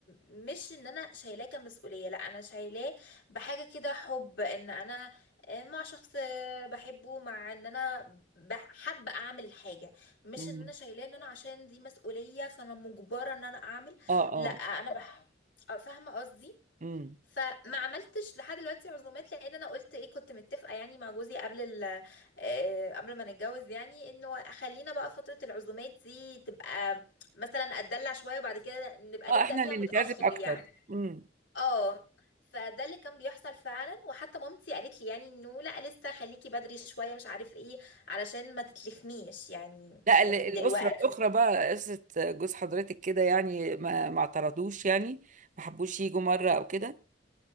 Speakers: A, on the left (about 80°); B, on the right (about 45°).
A: مش إن أنا شايلاه كمسؤولية لا أنا شايلاه بحاجة كده حب إن أنا آه، مع شخص آه، بحبه مع إن أنا بح- حابة أعمل حاجة مش
B: امم
A: إن أنا شايلاه إن أنا عشان دي مسؤولية فأنا مجبرة إن أنا أعمل
B: اه اه
A: لا أنا بح... آه، فاهمة قصدي
B: امم
A: فما عملتش لحد دلوقتي عزومات لان انا قلت ايه كنت متفقه يعني مع جوزي قبل ال آه، قبل ما نتجوز يعني انه خلينا بقى فتره العزومات دي تبقى مثلا اتدلع شويه وبعد كده نبقى
B: اه
A: نبدا
B: احنا
A: فيها
B: اللي
A: متاخر
B: نتعزم اكتر
A: يعني
B: امم
A: اه فده اللي كان بيحصل فعلا وحتى مامتي قالت لي يعني انه لا لسه خليكي بدري شويه مش عارف ايه علشان ما تتلخميش يعني
B: لا ال-
A: من
B: الاسره
A: دلوقتي
B: الاخرى بقى قصه جوز حضرتك كده يعني ما ما اعترضوش يعني ما حبوش يجوا مره او كده